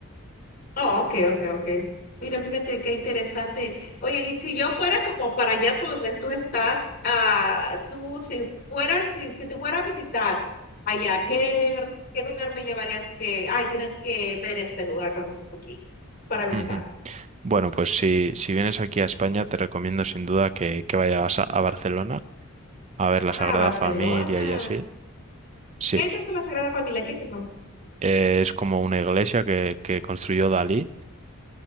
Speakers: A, on the left (about 45°); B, on the right (about 30°).
A: Oh, ok, ok, ok. Mira, fíjate qué interesante. Oye, y si yo fuera como para allá por donde tú estás, ah, tú si fueras, si, si te fuera a visitar allá, ¿qué, qué lugar me llevarías que, ay, tienes que ver este lugar cuando estés aquí para visitar?
B: Ujú. Bueno, pues si, si vienes aquí a España, te recomiendo sin duda que, que vayas a, a Barcelona a ver la
A: Ah,
B: Sagrada
A: Barcelona.
B: Familia y así. Sí,
A: ¿Qué es eso, la Sagrada Familia? ¿Qué es eso?
B: eh, es como una iglesia que, que construyó Dalí